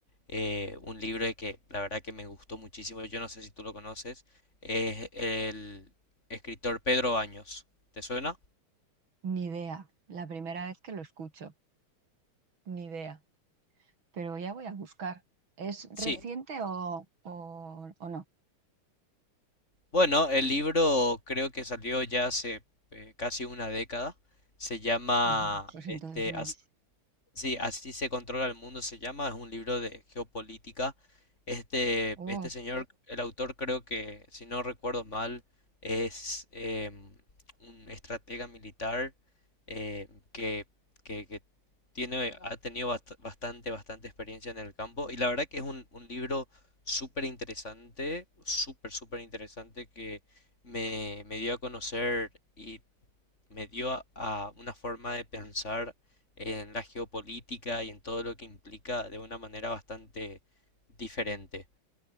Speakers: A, on the left; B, on the right.
A: eh, un libro y que la verdad que me gustó muchísimo, yo no sé si tú lo conoces, es el escritor Pedro Baños. ¿Te suena?
B: Ni idea, la primera vez que lo escucho. Ni idea, pero ya voy a buscar. ¿Es reciente
A: Sí.
B: o, o, o no?
A: Bueno, el libro creo que salió ya hace eh, casi una década. Se llama
B: Ajá, pues
A: este,
B: entonces no.
A: Sí, así se controla el mundo, se llama, es un libro de geopolítica. Este,
B: Oh,
A: este señor, el autor creo que, si no recuerdo mal, es em, un estratega militar eh, que, que, que tiene, ha tenido bast- bastante, bastante experiencia en el campo. Y la verdad que es un, un libro súper interesante, súper, súper interesante que me, me dio a conocer y me dio a, a una forma de pensar en la geopolítica y en todo lo que implica de una manera bastante diferente.